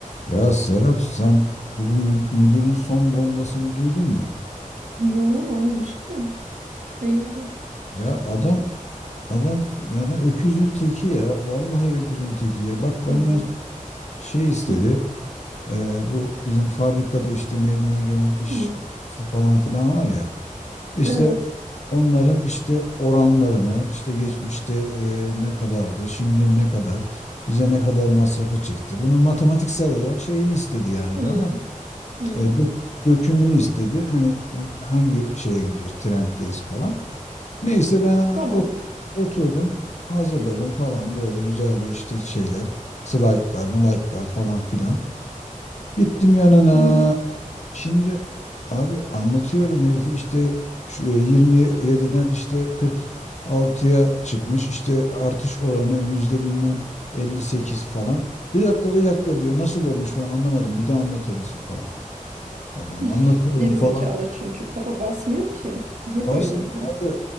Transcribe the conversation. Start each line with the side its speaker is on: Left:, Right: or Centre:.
Left: Ya Serap sen bu mü- müdürün son bombasını duydun mu?
Right: Yo ne olmuş ki? Hayırdır?
Left: Ya adam adam yani öküzün teki ya. Vallahi öküzün teki ya. Bak benden
Right: Z-
Left: şey, şey istedi.
Right: Hı,
Left: Ee, bu bizim fabrikada işte meydana gelen iş
Right: hı.
Left: kazası falan filan var ya. İşte
Right: Evet.
Left: onların işte oranlarını işte geçmişte e, ne kadardı, şimdi ne kadar, bize ne kadar masrafı çıktı. Bunun matematiksel olarak şeyini istedi yani
Right: Hı,
Left: tamam. mı?
Right: hı,
Left: E,
Right: hı.
Left: dök- dökümünü istedi. Hani e, hangi şeye gidiyoruz? Trenddeyiz falan. Neyse ben ha,
Right: Tamam.
Left: ot- oturdum, hazırladım falan böyle güzel bir işte şeyler, slaytlar, malaytlar falan filan. Gittim yanına.
Right: Hı, hı.
Left: Şimdi abi anlatıyorum herifi işte şu, e, 27'den işte 46'ya çıkmış. işte artış oranı yüzde bilmem 58 falan. Bir dakika bir dakika diyor nasıl olmuş falan anlamadım. Bir daha anlatır mısın falan. Allah'ım
Right: <laughs>
Left: anlatıyorum
Right: Geri
Left: falan
Right: zekalı çünkü kafa basmıyor ki. O hep
Left: Kasım
Right: öyleydi.
Left: abi,